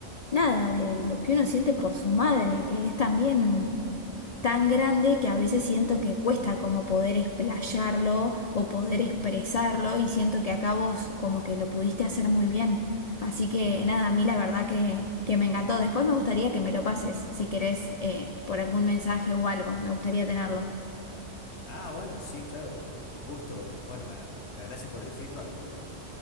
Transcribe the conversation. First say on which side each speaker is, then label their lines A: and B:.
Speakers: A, on the left (about 80°); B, on the left (about 65°).
A: nada, de lo que uno siente por su madre, que es también. tan grande que a veces siento que cuesta como poder explayarlo o poder expresarlo y siento que acá vos como que lo pudiste hacer muy bien. Así que nada, a mí la verdad que, que me encantó. Después me gustaría que me lo pases, si querés, eh, por algún mensaje o algo. Me gustaría tenerlo.
B: Ah, bueno, sí, claro, con, con gusto. Bueno, ma- gracias por el feedback porque...